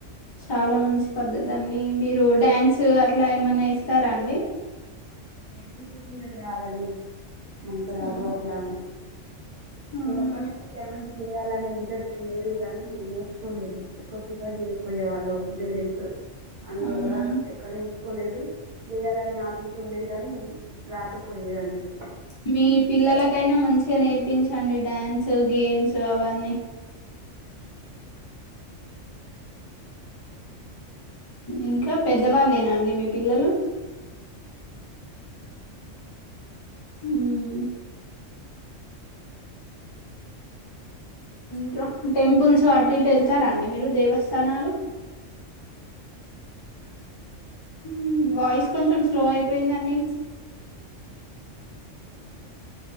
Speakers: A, on the left (about 40°); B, on the right (about 45°).
A: చాలా మంచి పద్ధతి అండి మీరు డ్యాన్స్ అట్లా ఏమన్నా ఎస్తారా అండి.
B: డాన్స్ అయితే నాకు రాదండి. మాకు రాదు
A: అవు
B: అట్లా
A: అవునా!
B: చిన్నప్పటి నుంచి డాన్స్ చేయాలనే ఇంట్రెస్ట్ ఉండేది కానీ నే నేర్చుకోలేదు ఎక్కువ ప్రిఫర్ చేయకపోయే వాళ్ళు పేరెంట్స్ అందువల్ల
A: అవునా!
B: ఎక్కనుంచ్ కోలేదు చేయాలని ఆసక్త్ ఉండేది కాని రాకపోయేదండి
A: మీ పిల్లలకైనా మంచిగా నేర్పించండి డ్యాన్స్ గేమ్స్ అవన్నీ ఇంకా పెద్దవాళ్ళేనాండి మీ పిల్లలు మ్మ్ ఇంకా టెంపుల్స్ అటు ఇటు వెళ్తారా అండి మీరు దేవస్థానాలు మ్మ్ వాయిస్ కొంచెం స్లో అయిపోయిందండి